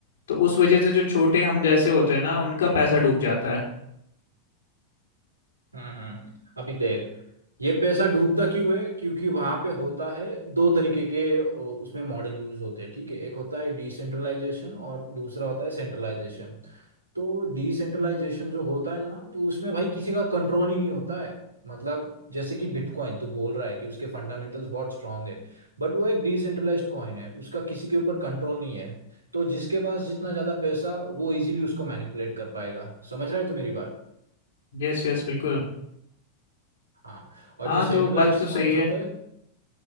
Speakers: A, on the left (about 60°); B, on the right (about 80°).
A: तो उस वजह से जो छोटे हम जैसे होते हैं ना उनका पैसा डूब जाता है
B: हम्म हम्म अभी देख ये पैसा डूबता क्यों है क्योंकि वहां पे होता है दो तरीके के अ, उसमें मॉडल यूज होते हैं ठीक है एक होता है डिसेंट्रलाइजेशन और दूसरा होता है सेंट्रलाइजेशन तो डिसेंट्रलाइजेशन जो होता है ना तो उसमें भाई किसी का कंट्रोल ही नहीं होता है मतलब जैसे कि बिटकॉइन तो बोल रहा है कि उसके फंडामेंटल्स बहुत स्ट्रांग है बट वो एक डिसेंट्रलाइज्ड कॉइन है उसका किसी के ऊपर कंट्रोल नहीं है तो जिसके पास जितना ज़्यादा पैसा वो इजीली उसको मैनिपुलेट कर पाएगा समझ रहा है तू मेरी बात
A: यस यस बिल्कुल
B: हाँ और
A: हाँ
B: जो सेंट्रलाइज्ड
A: तो बात तो
B: कॉइन्स
A: सही है
B: होते हैं